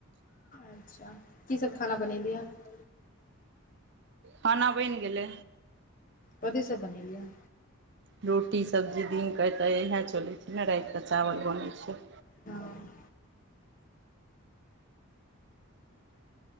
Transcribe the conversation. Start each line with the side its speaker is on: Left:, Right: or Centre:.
Left: अच्छा की सब खाना बनेलियै हे।
Right: खाना बनि गेलै।
Left: कथी सब बनेलियै
Right: रोटी, सब्जी दिनके तऽ इएह चलै छै ने, राइत के चावल बनै छै।
Left: हँ।